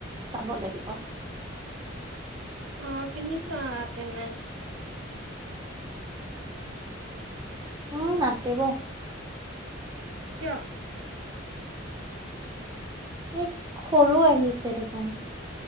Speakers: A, on the right; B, on the right.
A: চাব লাগিব।
B: অ পিন্ধি ছোৱা তেনে।
A: উম নাটিব।
B: কিয়?
A: এই সৰু আহিছে দেখোন।